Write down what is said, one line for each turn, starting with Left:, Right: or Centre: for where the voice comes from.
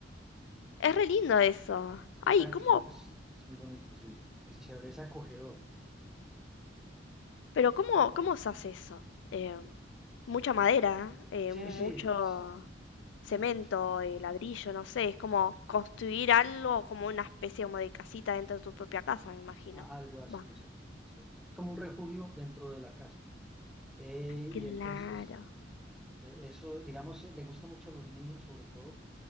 Left: es re lindo eso. Ay,
Centre: Exacto,
Left: ¿cómo
Centre: es, un- es- es muy bonito, sí. Es chévere, es acogedor.
Left: Pero ¿cómo, cómo usás eso? Eh, mucha madera, eh,
Centre: Sí,
Left: mucho
Centre: sí, es
Left: cemento,
Centre: como chan-
Left: eh, ladrillo, no sé, es como construir algo como una especie como de casita dentro de tu propia casa, me imagino.
Centre: a- algo así,
Left: Va,
Centre: exacto. Sí. Es como un refugio dentro de la casa. Eh,
Left: claro,
Centre: y entonces... Eh, Eso, digamos, le gusta mucho a los niños, sobre todo,